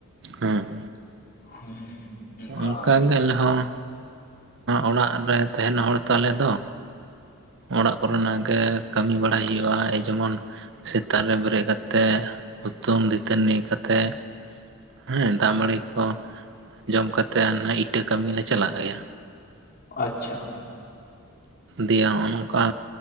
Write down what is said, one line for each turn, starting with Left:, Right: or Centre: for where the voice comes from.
Right: ᱦᱮᱸ
Left: <unintelligible>
Right: ᱚᱱᱠᱟ
Left: ᱟᱨᱠᱤ
Right: ᱜᱮ ᱟᱞᱮ ᱦᱚᱸ ᱚᱲᱟᱜ ᱨᱮ ᱛᱟᱦᱮᱱ ᱦᱚᱲ ᱛᱟᱞᱮ ᱫᱚ ᱚᱲᱟᱜ ᱠᱚᱨᱮᱱᱟᱜ ᱜᱮ ᱠᱟᱹᱢᱤ ᱵᱟᱲᱟᱭ ᱦᱩᱭᱩᱜᱼᱟ ᱡᱮᱢᱚᱱ ᱥᱮᱛᱟᱜ ᱨᱮ ᱵᱮᱨᱮᱫ ᱠᱟᱛᱮᱫ ᱦᱩᱛᱩᱢ ᱫᱟ. ᱛᱟ. ᱱᱤ ᱠᱟᱛᱮᱜ ᱦᱮᱸ ᱫᱟᱜ ᱢᱟᱹᱲᱤ ᱠᱚ ᱡᱚᱢ ᱠᱟᱛᱮ ᱤᱴᱟᱹ ᱠᱟᱹᱢᱤ ᱞᱮ ᱪᱟᱞᱟᱜ ᱜᱮᱭᱟ
Left: ᱟᱪᱪᱷᱟ
Right: ᱫᱤᱭᱟ ᱱᱚᱜ ᱱᱚᱝᱠᱟ